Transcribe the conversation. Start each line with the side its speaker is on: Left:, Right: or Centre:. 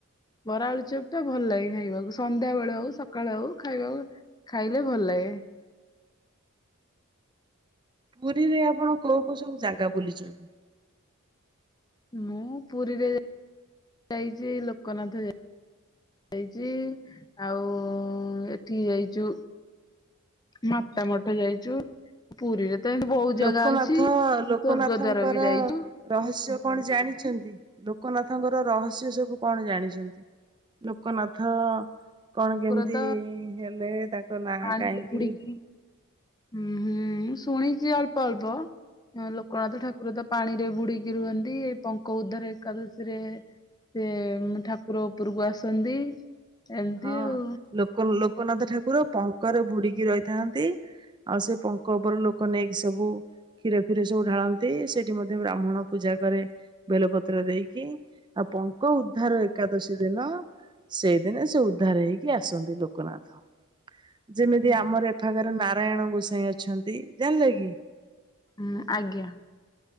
Left: ବରାଆଳୁ ଚପ ଟା ଭଲ ଲାଗେ ଖାଇବାକୁ ସନ୍ଧ୍ୟା ବେଳ ହଉ ସକାଳ ହଉ ଖାଇବାକୁ ଖାଇଲେ ଭଲଲାଗେ।
Right: ପୁରୀରେ ଆପଣ କୋଉ କୋଉ ସବୁ ଜାଗା ବୁଲିଚନ୍ତି?
Left: ମୁଁ ପୁରୀରେ ଯାଇଛି ଲୋକନାଥ ଯା ହେଇଛି ଆଉ-ଉ-ଉ ଏଠି ଯାଇଛୁ। ମାତା ମଠ ଯାଇଛୁ, ପୁରୀରେ ତ ଏମିତି ବହୁତ ଜାଗା
Right: ଲୋକନାଥ
Left: ଅଛି
Right: ଲୋକନାଥଙ୍କର
Left: ସ୍ଵର୍ଗ ଦ୍ୱାର ବି ଯାଇଛୁ
Right: ରହସ୍ୟ କଣ ଜାଣିଛନ୍ତି ଲୋକନାଥଙ୍କର ରହସ୍ୟ ସବୁ କଣ ଜାଣିଛନ୍ତି ଲୋକନାଥ-ଥ-ଥ କଣ କେମିତି-ଇ-ଇ
Left: ଠାକୁର ତ
Right: ହେଲେ ତାଙ୍କ ନାଁ
Left: ପାଣିରେ
Right: କାହିଁକି
Left: ବୁଡିକି ହୁଁ ହୁଁ ସୁନିଚି ଅଳ୍ପ ଅଳ୍ପ ହଁ ଲୋକନାଥ ଠାକୁର ତ ପାଣିରେ ବୁଡିକି ରୁହନ୍ତି ଏଇ ପଙ୍କ ଉଦ୍ଧାର ଏକାଦଶୀରେ ସେ-ଏଁ-ଏଁ ଠାକୁର ଉପରକୁ ଆସନ୍ତି ଏମିତି
Right: ହଁ
Left: ଆଉ।
Right: ଲୋକ ଲୋକନାଥ ଠାକୁର ପଙ୍କରେ ଭୁଡିକି ରହିଥାନ୍ତି। ଆଉ ସେ ପଙ୍କ ଉପରେ ଲୋକ ନେଇକି ସବୁ କ୍ଷୀର ଫିର ସବୁ ଢାଳନ୍ତି, ସେଠି ମଧ୍ୟ ବ୍ରାହ୍ମଣ ପୂଜା କରେ ବେଲପତ୍ର ଦେଇକି ଆଉ କ ଉଦ୍ଧାର ଏକାଦଶୀ ଦିନ, ସେଇଦିନେ ସେ ଉଦ୍ଧାର ହେଇକି ଆସନ୍ତି ଲୋକନାଥ, ଯେମିତି
Left: ହୁଁ
Right: ଆମର ଏଫା କରେ ନା ନାରାୟଣ ଗୋସାଇ ଅଛନ୍ତି ଜାଣିଲେ କି?
Left: ହୁଁ ଆଜ୍ଞା